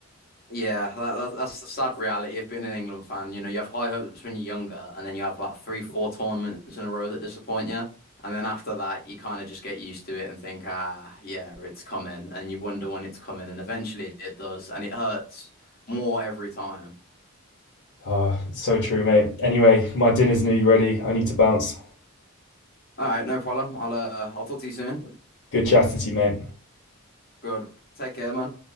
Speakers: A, on the left; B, on the left.
A: Yeah, that, that, that's the sad reality of being an England fan. You know, you have high hopes when you're younger, and then you have about three, four tournaments in a row that disappoint you. And then after that, you kind of just get used to it and think, ah, yeah, it's coming. And you wonder when it's coming. And eventually it does. And it hurts more every time.
B: Ah, so true, mate. Anyway, my dinner's nearly ready. I need to bounce.
A: All right, no problem. I'll, uh, I'll talk to you soon.
B: Good chatting to you, mate.
A: Good. Take care, man.